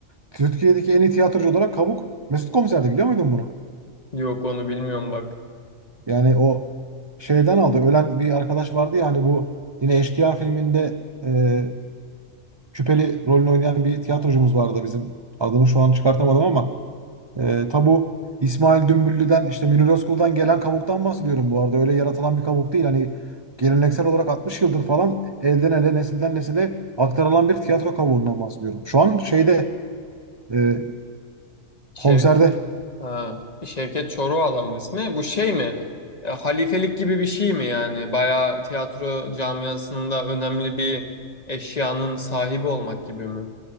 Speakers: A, on the right; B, on the left.
A: Türkiye'deki en iyi tiyatrocu olarak kavuk Mesut Komiser'di biliyor muydun bunu?
B: Yok onu bilmiyorum bak.
A: Yani o şeyden aldı. Ölen bir arkadaş vardı ya hani bu yine Eşkıya filminde e, küpeli rolünü oynayan bir tiyatrocumuz vardı bizim. Adını şu an çıkartamadım ama E, tabu İsmail Dümbüllü'den işte Münir Özkul'dan gelen kavuktan bahsediyorum bu arada. Öyle yaratılan bir kavuk değil. Hani geleneksel olarak 60 yıldır falan elden ele nesilden nesile aktarılan bir tiyatro kavuğundan bahsediyorum. Şu an şeyde e,
B: Şey,
A: konserde.
B: Ha, Şevket Çoruh adamın ismi. Bu şey mi? E, halifelik gibi bir şey mi yani? Bayağı tiyatro camiasında önemli bir eşyanın sahibi olmak gibi mi?